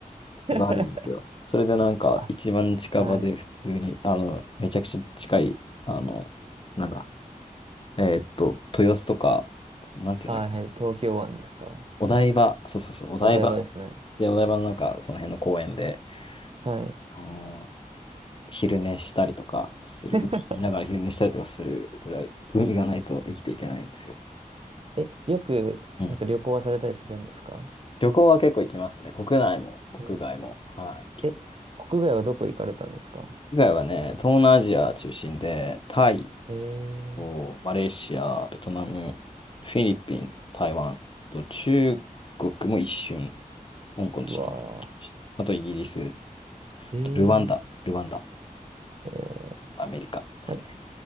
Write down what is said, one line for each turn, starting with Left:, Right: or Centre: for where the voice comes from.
Left: ことがあるんですよ。
Right: <laughs>
Left: それでなんか一番近場で普通に、
Right: あ、はい。
Left: あの、めちゃくちゃ近い、あの、なんだ、えーっと、豊洲とか、なんていうんだっけ、
Right: はい、はい。東京湾ですか。
Left: お台場、そうそうそう、お台場
Right: お台場ですね。
Left: で、お台場のなんかその辺の公園で、
Right: はい。
Left: あの昼寝したりとかする、
Right: <laughs>
Left: 海見ながら昼寝したりとかするぐらい、海がないと生きていけないんですよ。
Right: え、よく、
Left: うん。
Right: なんか旅行はされたりするんですか
Left: 旅行は結構行きますね。国内も国外も。
Right: え
Left: はい、行きます。
Right: え国外はどこ行かれたんですか
Left: 国外はね、東南アジア中心で、タイ、
Right: えー、
Left: おマレーシア、ベトナム、フィリピン、台湾と中国も一瞬、香港と上海に行きました。
Right: うわ
Left: あとイギリス、
Right: ー。えー、
Left: とルワンダ、ルワンダ、
Right: えー
Left: アメリカですね。
Right: な